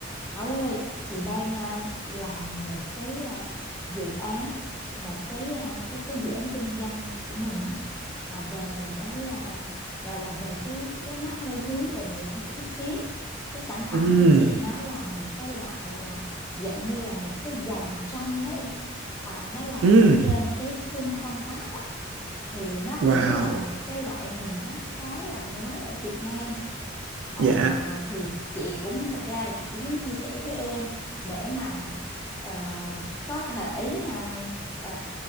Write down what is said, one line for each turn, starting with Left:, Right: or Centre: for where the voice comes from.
Left: Bảo ơi, chị đang à, làm một cái à, dự án, một cái à, cái cái dự án kinh doanh của mình á mà về cái à, gọi là về cái cái nó hơi hướng về nghệ thuật chút xíu. Cái sản phẩm
Right: Ừm,
Left: của chị nó là một cái loại à, dạng như là một cái dòng tranh đó em. À, nó làm
Right: ừm,
Left: ở trên cái khung canvas á, thì nó
Right: wow,
Left: cũng là một cái loại hình nó khá là mới ở Việt Nam Ờ,
Right: dạ,
Left: thì chị cũng thật ra là chị cũng muốn chia sẻ với em để mà ờ, có thể à, ờ,